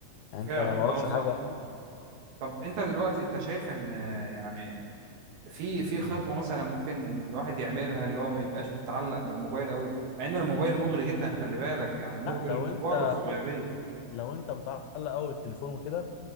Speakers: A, on the left; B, on the right.
A: يعني
B: فعلا
A: انت ما وراكش
B: اه صح
A: حاجه يعني
B: طب أنت دلوقتي أنت شايف إن آه، يعني في في خطوة مثلا ممكن الواحد يعملها اللي هو ما يبقاش متعلق بالموبايل أوي مع إن الموبايل مغري جدا خلي بالك يعني مغري
A: لا لو
B: للكبار
A: انت
B: والصغيرين
A: لو انت متعلق قوي بالتليفون وكده